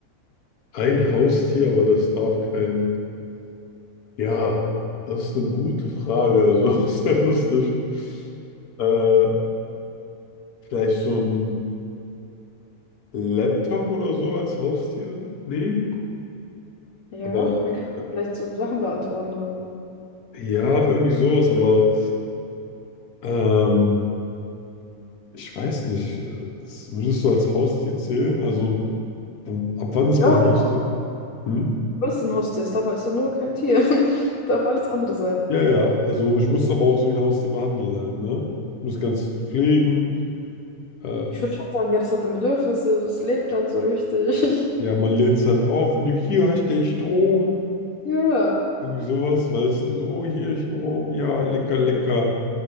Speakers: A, on the left; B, on the left.
A: Ein Haustier, aber das darf kein. Ja, das ist eine gute Frage, also <laughs> auch sehr lustig. Äh, vielleicht so ein Laptop oder so als Haustier nehmen.
B: Ja,
A: Aber
B: man kann
A: äh,
B: vielleicht so Sachen beantworten oder so.
A: ja, irgendwie sowas, aber ähm, Ich weiß nicht, äh, das würdest du als Haustier zählen? Also, ähm, ab wann ist
B: Ja,
A: man
B: klar,
A: Haustier? Hm?
B: alles ist ein Haustier. Es darf, es ist ja nur kein Tier. <laughs> Darf alles andere sein.
A: Ja, ja, also ich muss es aber auch so wie ein Haustier behandeln halt, ne? Ich muss ganz pflegen. Äh,
B: Ich würde schon sagen, ja, das hat dann Bedürfnisse, das lebt dann so richtig. <laughs>
A: ja, man lädt es halt auf und du, hier hast du den Strom.
B: Ja,
A: Irgendwie sowas, weißt du, so, oh, hier Strom, ja, lecker, lecker.